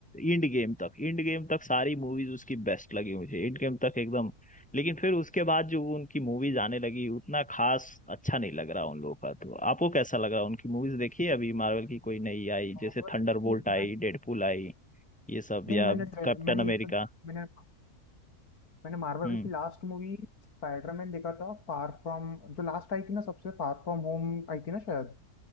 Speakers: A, in the centre; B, on the left.
A: इंड गेम तक इंड गेम तक सारी मूवीज उसकी बेस्ट लगी मुझे इंड गेम तक एकदम लेकिन फिर उसके बाद जो उनकी मूवीज आने लगी उतना खास अच्छा नहीं लग रहा उन लोगों का तो आपको कैसा लग रहा उनकी मूवीज देखी है अभी मार्वल की कोई नई आई
B: Marvel
A: जैसे थंडरबोल्ट
B: की नहीं,
A: आई
B: मैं-
A: डेडपुल आई ये सब
B: नहीं,
A: या
B: मैंने
A: कैप्टन
B: मैंने
A: अमेरिका
B: ये तो मैंने मैंने मार्वल
A: हम्म।
B: की लास्ट मूवी स्पाइडरमैन देखा था फार फ्रॉम जो लास्ट आई थी ना सबसे फार फ्रॉम होम आई थी ना शायद